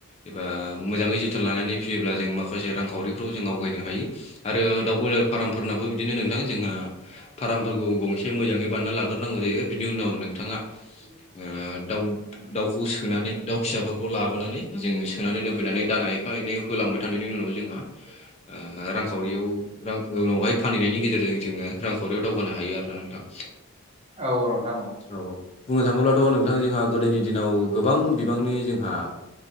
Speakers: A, on the left; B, on the right.
A: एबा मोजाङै जोथोन लानानै फियोब्ला जों माखासे रां सावरिफ्राव जों आवगायनो हायो आरो दाउ ब्रयलार फार्मफोरनाबो बिदिनो नोंथां जोंहा फार्मफोरखौ गंसे मोजाङै बानायना लाग्रोनांगौ जायो बिनि उनाव नोंथाङा ओ दाउ दाउखौ सोनानै दाउ फिसाफोरखौ लाबोनानै जोङो सोनानै दोनफैनानै दाना एफा एनै होलांबाय थानायनि उनाव जोंहा ओ रांखावरियाव उनावहाय फानहैनायनि गेजेरजों जोङो रां खावरियाव दावगानो हायो आरोना नोंथां
B: औ नोंथां औ
A: औ औ बुंनो थाङोब्लाथ' नोंथां जोंहा गोदोनि दिनाव गोबां बिबांनि जोंहा